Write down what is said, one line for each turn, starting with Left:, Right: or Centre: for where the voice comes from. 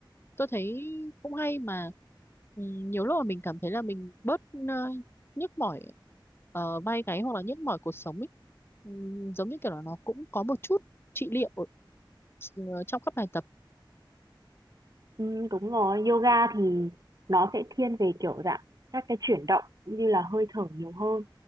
Left: tôi thấy cũng hay mà ừ, nhiều lúc mà mình cảm thấy là mình bớt ờ, nhức mỏi ờ, vai gáy hoặc là nhức mỏi cuộc sống ấy ừ, giống như kiểu là nó cũng có một chút trị liệu ở, ờ, trong các bài tập
Right: Ừm, đúng rồi, yoga thì nó sẽ thiên về, kiểu, dạng các cái chuyển động cũng như là hơi thở nhiều hơn.